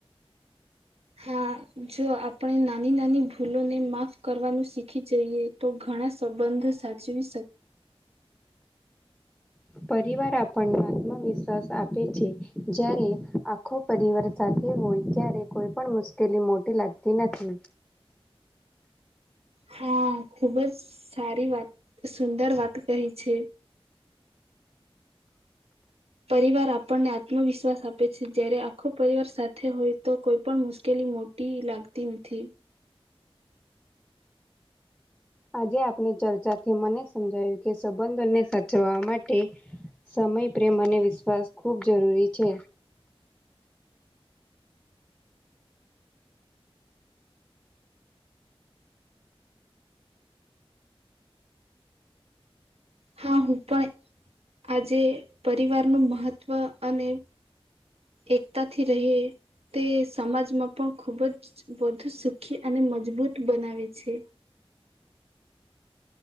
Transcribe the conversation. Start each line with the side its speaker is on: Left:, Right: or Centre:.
Right: હા જો આપણે નાની નાની ભૂલોને માફ કરવાનું શીખી જઈએ. તો ઘણા સંબંધ સાચવી શકે,
Centre: પરિવાર આપણને આત્મવિશ્વાસ આપે છે, જ્યારે આખો પરિવાર સાથે હોય ત્યારે કોઈ પણ મુશ્કેલી મોટી લાગતી નથી,
Right: હા ખુબ જ સારી વાત સુંદર વાત કહી છે, પરિવાર આપણને આત્મવિશ્વાસ આપે છે, જયારે આખો પરિવાર સાથે હોય તો કોઈ પણ મુશ્કેલી ટી લાગતી નથી.
Centre: આજે આપની ચર્ચા થી મને સમજાયું કે સંબંધોને સાચવવા માટે, સમય પ્રેમ અને વિશ્વાસ ખૂબ જરૂરી છે,
Right: હા હું પણ આજે પરિવારનું મહત્ત્વ અને, એકતાથી રહે, તે સમાજમાં પણ ખુબ જ વધુ સુખી અને મજબૂત બનાવે છે.